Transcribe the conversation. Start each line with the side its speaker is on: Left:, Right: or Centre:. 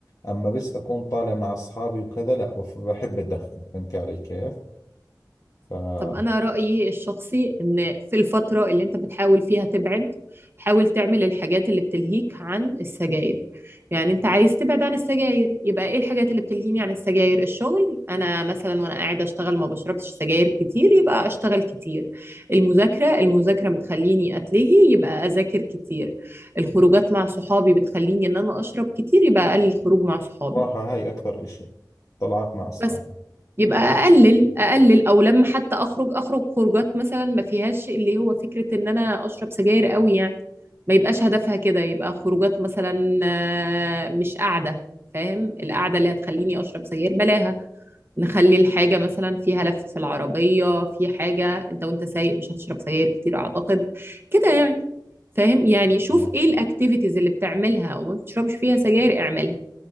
Left: اما بس اكون طالع مع اصحابي وكذا لا بف- بحب اتدخن فهمتي علي كيف فبصراحة
Right: طب أنا رأيي الشخصي إن في الفترة اللي أنت بتحاول فيها تبعد حاول تعمل الحاجات اللي بتلهيك عن السجاير يعني أنت عايز تبعد عن السجاير يبقى إيه الحاجات اللي بتلهيني عن السجاير الشغل أنا مثلا وأنا قاعدة أشتغل ما بشربش سجاير كتير يبقى أشتغل كتير المذاكرة المذاكرة بتخليني أتلهي يبقى أذاكر كتير الخروجات مع صحابي بتخليني إن أنا أشرب كتير يبقى أقلل الخروج مع صحابي
Left: هاي اكثر اشي طلعت مع اصحابي
Right: بس يبقى اقلل اقلل او لما حتى اخرج اخرج خروجات مثلا ما فيهاش اللي هو فكرة ان انا اشرب سجاير قوي يعني ما يبقاش هدفها كده يبقى خروجات مثلا آه، مش قاعدة فاهم القعدة اللي هتخليني اشرب سجاير بلاها نخلي الحاجة مثلا فيها لف في العربية في حاجة انت وانت سايق مش هتشرب سجاير كتير اعتقد كده يعني فاهم يعني شوف
Left: اه
Right: ايه الاكتيفيتيز اللي بتعملها وما بتشربش فيها سجاير اعملها